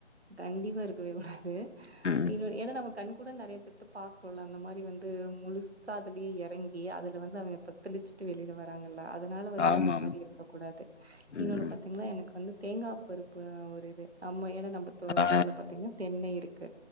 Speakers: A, on the right (about 65°); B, on the left (about 75°).
A: கண்டிப்பா இருக்கவே கூடாது
B: ம்.
A: இன்னொ ஏன்னா நம்ம கண் கூட நிறைய பேத பாக்குரேம்லா அந்த மாரி வந்து முழுசயதுலேயே இறங்கி அதுல வந்து அவங்க த தெளிச்சுட்டு வெளிய வராங்க அதனால வந்து
B: ஆமாமா.
A: அந்த மாரி இருக்க கூடாது
B: ம்,
A: இன்னொன்னு
B: ம்.
A: பாத்தீங்கன்னா எனக்கு வந்து தேங்கா பருப்பு ஒரு இது ஆம்ம எனக்கு நம்ம தோட்டத்துல
B: ஆ,
A: பாத்தீங்கன்னா தென்னை இருக்கு